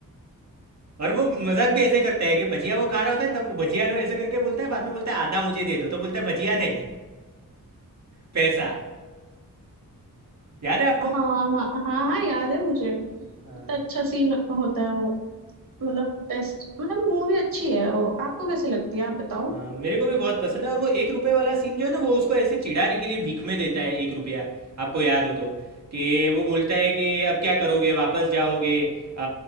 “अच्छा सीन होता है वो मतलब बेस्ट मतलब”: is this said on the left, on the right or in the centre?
Right